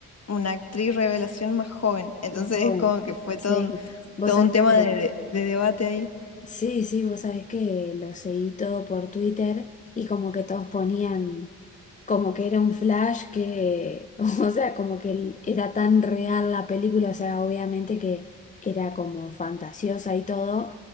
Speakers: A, on the left; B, on the left.
A: una actriz revelación más joven. Entonces
B: más joven.
A: es como que fue
B: Sí,
A: todo un,
B: vos
A: todo
B: sabés
A: un tema
B: que
A: de, de debate ahí.
B: Sí, sí, vos sabés que lo seguí todo por Twitter y como que todos ponían como que era un flash que, <laughs> o sea, como que el- era tan real la película, o sea, obviamente que era como fantasiosa y todo,